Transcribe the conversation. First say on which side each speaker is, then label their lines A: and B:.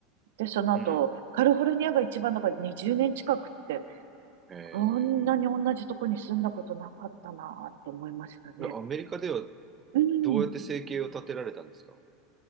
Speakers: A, on the right (about 75°); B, on the right (about 25°).
A: で、その後、
B: うん。
A: カリフォルニアが一番だから20年近くって、
B: え
A: こんなに同じとこに住んだことなかったなって思いましたね。
B: ー、えアメリカでは
A: うん。
B: どうやって生計を立てられたんですか